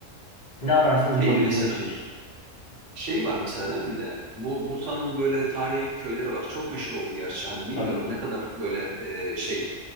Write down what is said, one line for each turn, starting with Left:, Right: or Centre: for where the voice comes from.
Left: Ne ararsanız
Right: şeyi
Left: bulabileceğiniz
Right: mesela
Left: bir şehir.
Right: Şey var mesela değil mi bir de? Bu Bursa'nın böyle tarihi köyleri var. Çok meşhur oldu gerçi. Hani
Left: Tabii.
Right: bilmiyorum ne kadar böyle e, şey.